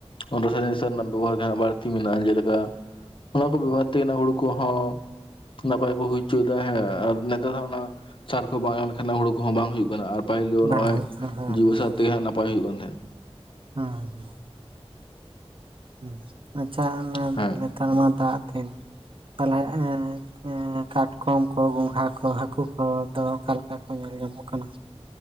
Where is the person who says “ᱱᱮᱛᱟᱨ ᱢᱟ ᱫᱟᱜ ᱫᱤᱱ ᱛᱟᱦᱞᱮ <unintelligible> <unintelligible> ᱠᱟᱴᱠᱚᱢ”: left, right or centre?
Right